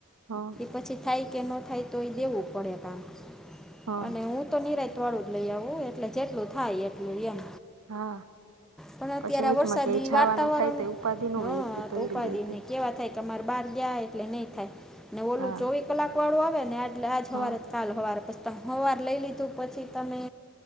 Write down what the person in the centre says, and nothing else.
પછી થાય કે ન થાય તો એ દેવું પડે કામ
અને હું તો નિરા ઠોડું જ લઈ આવવું એટલે જેટલું થાય એટલું એમ
પણ અત્યારે
આ
વરસાદી
વાતાવરણ
હા
તો ઉપાધિ
ને કેવા થાય કે અમારે બહાર ગયા એટલે નહીં થાય અને ઓલું
ચોવીસ કલાકવાળું આવે ને આટલે આ જ સવારે
કાલ હોવાર પછી હોવાર લઈ લીધું પછી તમે